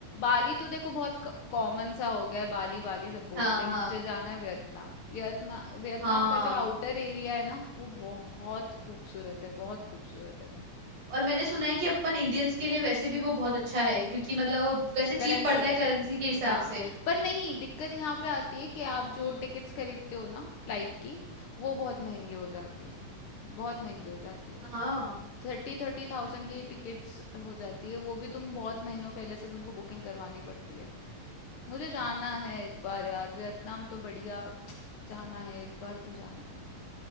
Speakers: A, on the left; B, on the right.
A: बाली तो देखो बहुत कॉमन सा हो गया है बाली बाली सब बोलते
B: हाँ हाँ
A: हैं मुझे जाना है वियतनाम वियतनाम वियतनाम
B: हाँ
A: का जो आउटर एरिया है ना वो बहुत खूबसूरत है बहुत खूबसूरत है भाई
B: और मैंने सुना है कि अपन इंडियंस के लिए वैसे भी वो बहुत अच्छा है क्योंकि मतलब वो वैसे चीप
A: करेंसी
B: पड़ता है करेंसी के हिसाब
A: हाँ
B: से
A: पर नहीं दिक्कत यहाँ पे आती है कि आप जो
B: हम्म
A: टिकट्स खरीदते हो ना फ्लाइट की वो बहुत महंगी हो जाती है बहुत महंगी हो जाती है
B: हाँ
A: थर्टी थर्टी थाउजेंड की टिकट्स हो जाती है वो भी तुम बहुत महीनों पहले से तुमको बुकिंग करवानी पड़ती है मुझे जाना है एक बार यार वियतनाम तो बढ़िया <tsk> जाना है एक बार तो जाना है